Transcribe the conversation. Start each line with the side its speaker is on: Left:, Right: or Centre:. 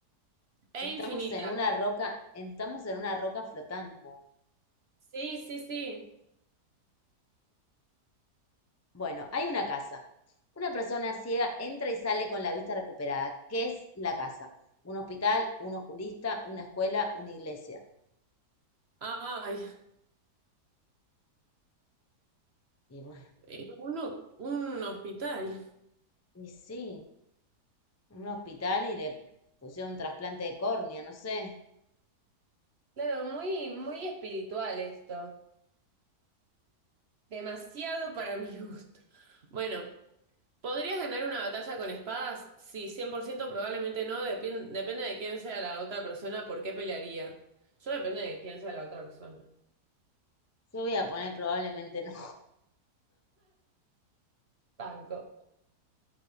Right: E
Left: Estamos
Right: infinita.
Left: en una roca, estamos en una roca flotando.
Right: Sí, sí, sí.
Left: Bueno, hay una casa. Una persona ciega entra y sale con la vista recuperada. ¿Qué es la casa? Un hospital, un oculista, una escuela, una iglesia.
Right: Ay,
Left: Y bueno,
Right: eh, uno, un hospital.
Left: y sí, un hospital y le pusieron un trasplante de córnea, no sé.
Right: Claro, muy, muy espiritual esto. Demasiado para mi gusto. Bueno, ¿podrías ganar una batalla con espadas? Sí, 100% probablemente no, depien- depende de quién sea la otra persona, por qué pelearía. Yo depende de quién sea la otra persona.
Left: Yo voy a poner probablemente no.
Right: <laughs> Banco.